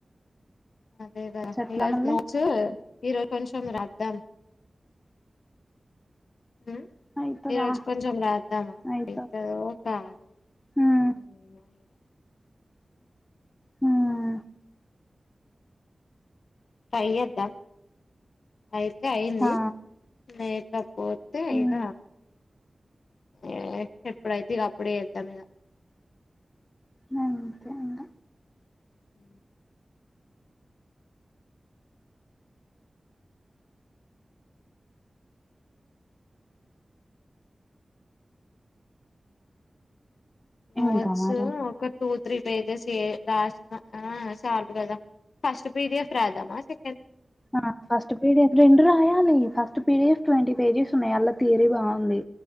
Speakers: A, on the left; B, on the left.
A: అదే గదా
B: ఎట్లా
A: ఇళ్లది
B: మళ్ళీ
A: నోట్స్సు ఈ రోజు కొంచం రాదాం ఊ
B: అయితదా
A: ఈ రోజు కొంచెం రాద్దామా
B: అయితది
A: ఐతదో కాదో
B: హ్మ్
A: ఏమ ఇగ
B: హ్మ్
A: ట్రై ఏద్దాం అయితే అయింది
B: హా
A: లేకపోతే
B: హ్మ్
A: ఇగ ఏ ఎప్పుడైతే ఇగ అప్పుడే ఏద్దాం ఇగ
B: నంతే ఇంగ
A: ఊ నోట్స్
B: ఇంకా మరి
A: ఒక టూ త్రీ పేజ్ గెస్ ఏ రాసిన అ ఆ సార్లు కదా ఫస్ట్ పిడిఎఫ్ రద్దామా సె
B: ఆ ఫస్ట్ పిడిఎఫ్ రెండు రా రాయాలి ఫస్ట్ పిడిఎఫ్ ట్వంటీ పేజెస్ ఉన్నాయి అల్లా తీరీ బాగుంది